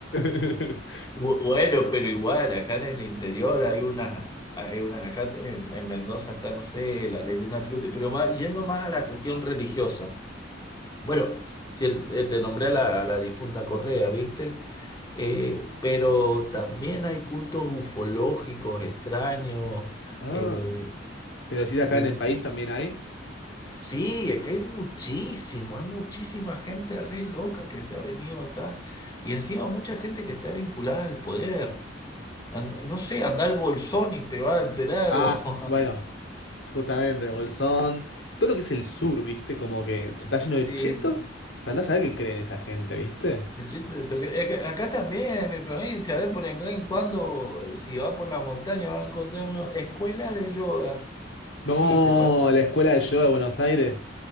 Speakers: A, on the left; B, on the left.
A: <laughs>
B: bu- bueno, pero igual, acá en el interior hay unas, hay unas, acá en, en Mendoza está, no sé, la leyenda del Fruti, pero más, yendo más a la cuestión religiosa. Bueno, si el- eh, te nombré a la, a la difunta Correa, ¿viste? Eh, pero también hay cultos ufológicos extraños.
A: Ah,
B: eh,
A: Pero si acá
B: vin-
A: en el país también hay.
B: sí, es que hay muchísimo, hay muchísima gente re loca que se ha venido acá. Y encima mucha gente que está vinculada al poder. And- no sé, anda al Bolsón y te va a enterar.
A: Ah,
B: O,
A: bueno,
B: <laughs>
A: justamente, Bolsón, todo lo que es el sur, ¿viste? Como que está lleno de
B: sí.
A: chetos, para no saber qué creen esa gente, ¿viste?
B: El chiste de eso, es que acá también, en mi provincia, ¿ves? Por en cuando, si va por la montaña, va a encontrar una escuela de yoga.
A: No,
B: Sí, te parece.
A: la escuela de yo de Buenos Aires,